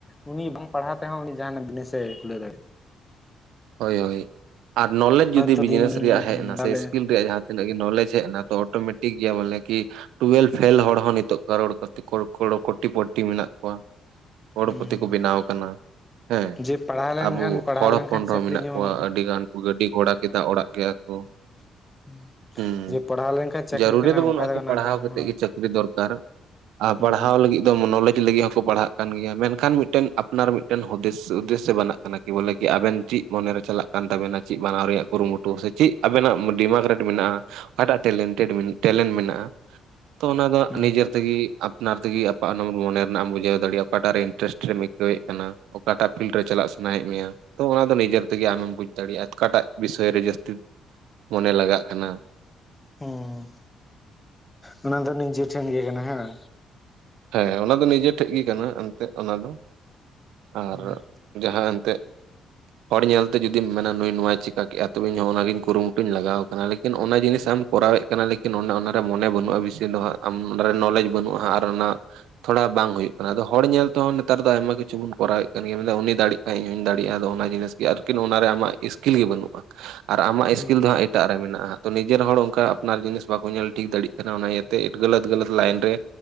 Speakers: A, on the left; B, on the right.
A: ᱩᱱᱤ ᱵᱟᱝ ᱯᱟᱲᱦᱟᱣ ᱛᱮᱦᱚᱸ ᱩᱱᱤ ᱡᱟᱦᱟ ᱱᱟᱜ ᱵᱤᱱᱮᱥᱮ ᱠᱷᱩᱞᱟᱹᱣ ᱫᱟᱲᱮᱭᱟᱜᱼᱟ᱾
B: ᱦᱳᱭ ᱦᱳᱭ ᱟᱨ ᱱᱚᱞᱮᱡᱽ
A: ᱦᱚᱭᱛᱚ
B: ᱡᱩᱫᱤ ᱵᱤᱡᱽᱱᱮᱥ
A: ᱫᱤᱱ
B: ᱨᱮᱭᱟᱜ ᱦᱮᱡ ᱮᱱᱟ
A: ᱛᱟᱦᱚᱞᱮ
B: ᱥᱮ ᱥᱠᱤᱞ ᱨᱮᱭᱟᱜ ᱡᱟᱦᱟᱸ ᱛᱤᱱᱟᱹᱜ ᱜᱮ ᱱᱚᱞᱮᱡᱽ ᱦᱮᱡ ᱮᱱᱟ ᱛᱚ ᱚᱴᱳᱢᱴᱤᱠ ᱜᱮᱭᱟ ᱵᱚᱞᱮ ᱠᱤ ᱴᱩᱭᱮᱞ ᱯᱷᱮᱞ ᱦᱚᱲ ᱦᱚᱸ ᱱᱤᱛᱚᱜ ᱠᱟᱨᱳᱲ ᱠᱳᱴᱤ ᱠᱳᱴᱤ ᱢᱮᱱᱟᱜ ᱠᱚᱣᱟ᱾ ᱦᱚᱲ
A: ᱦᱩᱸ
B: ᱯᱚᱛᱷᱤ ᱠᱚ ᱵᱮᱱᱟᱣ ᱠᱟᱱᱟ ᱦᱮᱸ
A: ᱡᱮ ᱯᱟᱲᱦᱟᱣ ᱞᱮᱱᱠᱷᱟᱱ
B: ᱟᱵᱚ
A: ᱯᱟᱲᱦᱟᱣ
B: ᱦᱚᱲ
A: ᱞᱮᱱᱠᱷᱟᱱ
B: ᱦᱚᱸ
A: ᱪᱟᱹᱠᱨᱤ
B: ᱢᱮᱱᱟᱜ
A: ᱧᱟᱢᱟᱢ
B: ᱠᱚᱣᱟ ᱟᱹᱰᱤ ᱜᱟᱱ ᱠᱚ ᱜᱟᱹᱰᱤ ᱜᱷᱚᱲᱟ ᱠᱮᱫᱟ ᱚᱲᱟᱜ ᱠᱮᱫᱟ ᱠᱚ᱾
A: <inaudible>
B: ᱦᱮᱸ
A: ᱡᱮ ᱯᱟᱲᱦᱟᱣ ᱞᱮᱱᱠᱷᱟᱱ ᱪᱟᱹᱠᱨᱤ
B: ᱡᱟᱹᱨᱩᱨᱤ
A: ᱠᱟᱱᱟ
B: ᱫᱚ
A: ᱚᱱᱠᱟ
B: ᱵᱟᱹᱱᱩᱜᱼᱟ ᱠᱤ
A: ᱚᱱᱟ
B: ᱯᱟᱲᱦᱟᱣ
A: ᱫᱚ ᱵᱟᱝ
B: ᱠᱟᱛᱮᱫ
A: ᱦᱳᱭ
B: ᱜᱮ ᱪᱟᱹᱠᱨᱤ ᱫᱚᱨᱠᱟᱨ ᱟᱨ
A: ᱦᱩᱸ
B: ᱯᱟᱲᱦᱟᱣ ᱞᱟᱹᱜᱤᱫ ᱮᱠᱫᱚᱢ ᱱᱚᱞᱮᱡᱽ ᱞᱟᱹᱜᱤᱫ ᱦᱚᱸᱠᱚ ᱯᱟᱲᱦᱟᱜ ᱠᱟᱱ ᱜᱮᱭᱟ ᱢᱮᱱᱠᱷᱟᱱ ᱢᱤᱫᱴᱮᱱ ᱟᱯᱱᱟᱨ ᱢᱤᱫᱴᱮᱱ ᱦᱩᱫᱤᱥ ᱩᱫᱮᱥᱥᱚ ᱵᱮᱱᱟᱜ ᱠᱟᱱᱟ ᱠᱤ ᱵᱚᱞᱮ ᱠᱤ ᱟᱵᱮᱱ ᱪᱮᱫ ᱢᱚᱱᱮ ᱨᱮ ᱪᱟᱞᱟᱜ ᱠᱟᱱ ᱛᱟᱵᱮᱱᱟ ᱪᱮᱫ ᱢᱟᱱᱟᱣ ᱨᱮᱭᱟᱜ ᱠᱩᱨᱩᱢᱩᱴᱩ ᱥᱮ ᱪᱮᱫ ᱟᱵᱮᱱᱟᱜ ᱰᱤᱢᱟᱜᱽ ᱨᱮᱴ ᱢᱮᱱᱟᱜᱼᱟ᱾ ᱚᱠᱟᱴᱟᱜ ᱴᱮᱞᱮᱱ ᱴᱮᱴ ᱢᱮᱱᱟᱜᱼᱟ ᱛᱚ ᱚᱱᱟ ᱫᱚ
A: ᱦᱩᱸ
B: ᱱᱤᱡᱮᱨ‌ ᱛᱮ ᱜᱮ ᱟᱯᱱᱟᱨ ᱛᱮ ᱜᱮ ᱟᱯ ᱢᱚᱱᱮ ᱨᱮᱱᱟᱜ ᱮᱢ ᱵᱩᱡᱷᱟᱹᱣ ᱫᱟᱲᱮᱭᱟᱜᱼᱟ ᱚᱠᱟᱴᱟᱜ ᱨᱮ ᱤᱱᱴᱟᱨᱮᱥᱴ ᱨᱮᱢ ᱟᱹᱭᱠᱟᱹᱣ ᱮᱫ ᱠᱟᱱᱟ᱾ ᱚᱠᱟᱴᱟᱜ ᱯᱷᱤᱞᱰ ᱨᱮ ᱪᱟᱞᱟᱜ ᱥᱟᱱᱟᱭᱮᱫ ᱢᱮᱭᱟ ᱛᱚ ᱱᱤᱡᱮ ᱛᱮ ᱜᱮ ᱟᱢᱮᱢ ᱵᱩᱡᱽ ᱫᱟᱲᱮᱭᱟᱜᱼᱟ ᱚᱠᱟᱴᱟᱜ ᱵᱤᱥᱚᱭ ᱨᱮ ᱡᱟᱹᱥᱛᱤ ᱢᱚᱱᱮ ᱞᱟᱜᱟᱜ ᱠᱟᱱᱟ᱾
A: ᱦᱩᱸ ᱚᱱᱟ ᱫᱚ ᱱᱤᱡᱮ ᱴᱷᱮᱱ ᱜᱮ ᱠᱟᱱᱟ ᱦᱮᱸ᱾
B: ᱦᱮᱸ ᱚᱱᱟ ᱫᱚ ᱱᱤᱡᱮ ᱴᱷᱮᱡ ᱜᱮ ᱠᱟᱱᱟ ᱮᱱᱛᱮᱫ ᱚᱱᱟ ᱫᱚ ᱟᱨ
A: ᱦᱩᱸ
B: ᱡᱟᱦᱟᱸ ᱮᱱ ᱛᱮᱫ ᱦᱚᱲ ᱧᱮᱞᱛᱮ ᱡᱩᱫᱤᱢ ᱢᱮᱱᱟ ᱱᱩᱭ ᱱᱚᱣᱟ ᱪᱤᱠᱠᱟ ᱠᱮᱫᱼᱟ ᱛᱚ ᱤᱧ ᱦᱚᱸ ᱚᱱᱟᱜᱮ ᱠᱩᱨᱩ ᱢᱩᱴᱩᱧ ᱞᱟᱜᱟᱣ ᱟᱠᱟᱱᱟ ᱞᱮᱠᱤᱱ ᱚᱱᱟ ᱡᱤᱱᱤᱥ ᱟᱢ ᱠᱚᱨᱟᱣ ᱮᱫ ᱠᱟᱱᱟ ᱞᱮᱠᱤᱱ ᱚᱱᱟᱨᱮ ᱢᱚᱱᱮ ᱵᱟᱹᱱᱩᱜᱼᱟ ᱵᱤᱥᱤ ᱫᱚ ᱦᱟᱜ ᱟᱢ ᱚᱱᱟᱨᱮ ᱱᱚᱞᱮᱡᱽ ᱵᱟᱹᱱᱩᱜᱼᱟ ᱟᱨ ᱚᱱᱟ ᱛᱷᱚᱲᱟ ᱵᱟᱝ ᱦᱩᱭᱩᱜ ᱠᱟᱱᱟ ᱟᱫᱚ ᱦᱚᱲ ᱧᱮᱞ ᱛᱮᱦᱚᱸ ᱱᱮᱛᱟᱨ ᱫᱚ ᱟᱭᱢᱟ ᱠᱤᱪᱷᱩ ᱵᱚᱱ ᱠᱚᱨᱟᱣ ᱮᱫ ᱠᱟᱱ ᱜᱮᱭᱟ ᱢᱮᱱᱫᱟ ᱩᱱᱤ ᱫᱟᱲᱮᱜ ᱟᱨ ᱤᱧ ᱦᱚᱸᱧ ᱫᱟᱲᱮᱭᱟᱜᱼᱟᱫᱚ ᱚᱱᱟ ᱡᱤᱱᱤᱥ ᱜᱮ ᱟᱨᱠᱤ ᱚᱱᱟᱨᱮ ᱟᱢᱟᱜ ᱥᱠᱤᱞ ᱜᱮ ᱵᱟᱹᱱᱩᱜ᱾
A: <inaudible>
B: ᱟᱨ ᱟᱢᱟᱜ
A: ᱦᱩᱸ
B: ᱤᱥᱠᱤᱞ ᱫᱚ ᱦᱟᱸᱜ ᱮᱴᱟᱜ ᱨᱮ ᱢᱮᱱᱟᱜᱼᱟ ᱛᱚ ᱱᱤᱡᱮᱨ ᱦᱚᱲ ᱚᱱᱠᱟ ᱟᱯᱱᱟᱨ ᱡᱤᱱᱤᱥ ᱵᱟᱠᱚ ᱧᱮᱞ ᱴᱷᱤᱠ ᱫᱟᱲᱮᱭᱟᱜ ᱠᱟᱱᱟ ᱚᱱᱟ ᱤᱭᱟᱹᱛᱮ ᱜᱟᱹᱞᱟᱹᱛ ᱜᱟᱹᱞᱟᱹᱛ ᱞᱟᱭᱤᱱ ᱨᱮ